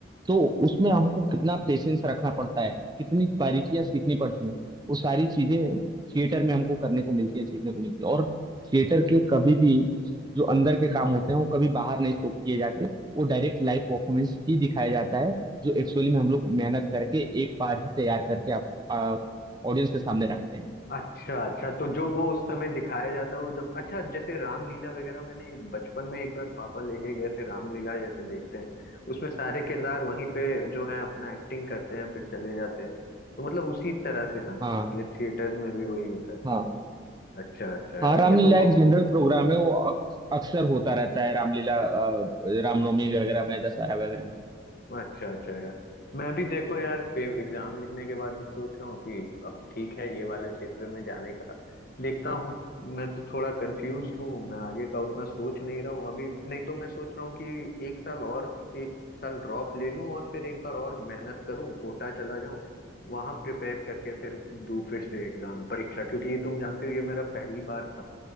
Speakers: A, on the right; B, on the left.
A: तो उसमें हमको कितना पेशेंस रखना पड़ता है कितनी बारीकियां सीखनी पड़ती हैं वो सारी चीजें थिएटर में हमको करने को मिलती है सीखने को मिलती है और थिएटर के कभी भी जो अंदर के काम होते हैं वो कभी बाहर नहीं शो किए जाते वो डायरेक्ट लाइव परफॉर्मेंस ही दिखाया जाता है जो एक्चुअली में हम लोग मेहनत करके एक बार ही तैयार करके आप ऑडियंस के सामने रखते हैं
B: अच्छा अच्छा तो जो वो उस समय दिखाया जाता है वो एकदम अच्छा जैसे रामलीला वगैरह मैंने बचपन में एक बार पापा लेके गए थे रामलीला जैसे देखते हैं उसमें सारे किरदार वहीं पे जो है अपना एक्टिंग करते हैं फिर चले जाते हैं तो मतलब उसी तरह से ना
A: हाँ
B: ये थिएटर में भी वही होता है
A: हाँ
B: अच्छा अच्छा
A: हाँ
B: यार
A: रामलीला
B: ये तो बहु-
A: एक जनरल प्रोग्राम है वो अक्स- अक्सर होता रहता है रामलीला अ, रामनवमी वगैरह में दशहरा वगैरह में
B: अच्छा अच्छा यार मैं भी देखो यार एग्जाम लिखने के बाद अब सोच रहा हूँ कि अब ठीक है ये वाले क्षेत्र में जाने का देखता हूँ मैं तो थोड़ा कंफ्यूज्ड हूँ मैं आगे का उतना सोच नहीं रहा हूँ अभी नहीं तो मैं सोच रहा हूँ कि एक साल और एक साल ड्रॉप ले लूँ और फिर एक बार और मेहनत करूँ कोटा चला जाऊँ वहां प्रिपेयर करके फिर दूँ फिर से एग्जाम परीक्षा क्योंकि ये तुम जानते हो ये मेरा पहली बार था